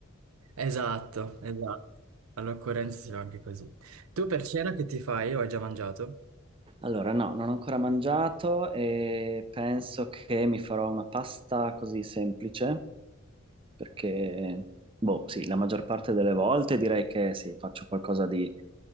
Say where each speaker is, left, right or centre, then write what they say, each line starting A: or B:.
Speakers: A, on the right; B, on the right.
A: Esatto, esatto. All'occorrenza si va anche così. Tu per cena che ti fai o hai già mangiato?
B: Allora, no, non ho ancora mangiato e penso che mi farò una pasta così semplice, perché, boh, sì, la maggior parte delle volte direi che sì, faccio qualcosa di